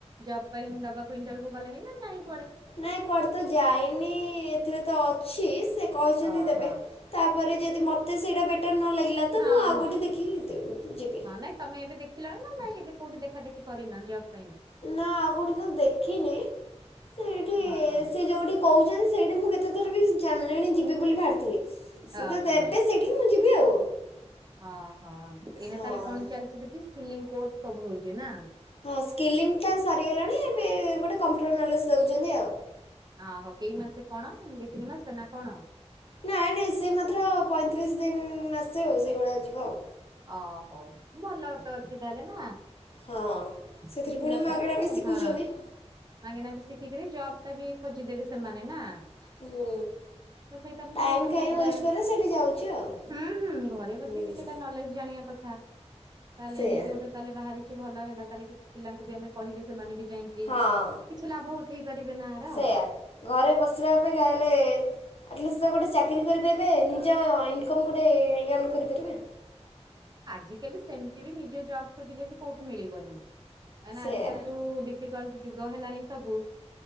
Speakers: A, on the right; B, on the left.
A: ଜବ୍ ପାଇଁ ଦବାକୁ ଇଣ୍ଟରଭ୍ୟୁ ଗଲେଣି ନା ନାହିଁ?
B: ନାଇଁ କୁଆଡେ ତ ଯାଇନି ଏଥିରେ ତ ଅଛି ସେ କହିଛନ୍ତି
A: ଓହୋ
B: ଦେବେ। ତା ପରେ ଯଦି ମୋତେ ସେଇଟା ବେଟର୍ ନ ଲାଗିଲା ତ
A: ହଁ
B: ମୁଁ ଆଉ
A: ହଁ
B: କୋଉଠି ଦେଖିକି ଦିବି ଯିବି।
A: ହଁ ନାଇଁ ତମେ ଏବେ ଦେ ଖିଲଣି ନା ନାହିଁ ଏବେ କୋଉଠି ଦେଖା ଦେଖି କରିନ ଜବ୍ ପାଇଁ।
B: ନା ଆଉ କୋଉଠି ତ ଦେଖିନି ସେଇଠି
A: ହଁ
B: ସେ ଯୋଉଠି କହୁଛନ୍ତି ସେଇଠି ମୁଁ କେ କେତେଥର ବି ଜାଣିଲେଣି ଯିବେ ବୋଲି ବାହାରିଥିଲି ସେ
A: ଓହୋ
B: ତ ଦେବେ ସେଇଠି ମୁଁ ଯିବି ଆଉ।
A: ହଁ ହଁ ଏଇନା
B: ହଁ।
A: ତାହଲେ କଣ ଚାଲିଛି ସେଠି ସ୍କିଲିଂ କୋର୍ସ ସବୁ ହଉଛି ନା।
B: ହଁ ସ୍କିଲିଂଟା ସରିଗଲାଣି ଏବେ ଗୋଟେ କମ୍ପ୍ୟୁଟର ନଲେଜ୍ ଦଉଛନ୍ତି ଆଉ।
A: ଅହୋ କେଇ ମାସେ କଣ ଦି ତିନି ମାସେ ନା କଣ?
B: ନାଇଁ ନାଇଁ ସେ ମାତ୍ର ପଇଁତିରିଶି ଦିନ ମାସେ ଆଉ ସେଇଭଳିଆ ଯିବ ଆଉ।
A: ଅ ହଉ ଭଲ ତ ଅଛି ତାହେଲେ ନା।
B: ହଁ ସେଥିରେ
A: ଶିଖିଲା
B: ପୁଣି ମାଗଣା
A: ପରେ
B: ବି ଶିଖଉଛନ୍ତି।
A: ହଁ ମାଗେଣା ବି ଶିଖିକରି ଜବ୍ ଟା ବି ଖୋଜିଦେବେ ସେମାନେ ନା।
B: ହୁଁ
A: ତ ସେଇଟା ଭଲ
B: ଟାଇମ୍
A: କଥା
B: କାହିଁ
A: ଏଇଟା,
B: ୱେଷ୍ଟ କରେ ସେଇଠି ଯାଉଛି ଆଉ
A: ହିଁ ହୁଁ ଘରେ ବସି
B: ହୁଁ।
A: କିଛିଟା ନ ଜାଣିବା କଥା ତାହେଲେ
B: ସେଇଆ
A: ଏମିତି ଗୋଟେ ତାହେଲେ ବାହାରିଛି ଭଲ ହେଲା, ତାହେଲେ କିଛି ପିଲାଙ୍କୁ ବି ଆମେ କହିଲେ ସେମାନେ ବି ଯାଇକି
B: ହଁ।
A: କିଛି ଲାଭ ଉଠେଇ ପାରିବେ ନା। ଆର
B: ସେୟା
A: ହଁ।
B: ଘରେ ବସିବା ଅପେକ୍ଷା ହେଲେ ଆର୍ଟଲିଷ୍ଟ ଗୋଟେ ଚାକିରୀ କରିପାରିବେ ନିଜ ଇନକମ୍ ଗୋଟେ ୟନ୍ କରିପାରିବେ।
A: ଆଜି କାଲି ସେମିତି ବି ନିଜେ ଜବ୍ ଖୋଜିଲେ ବି କୋଉଠୁ ମିଳିବନି, କାହିଁକି ନା
B: ସେଇଆ
A: ଆଜି କାଲି ଯୋଉ ଡି ଡିଫିକଲ୍ଟ ଯୁଗ ହେଲାଣି ସବୁ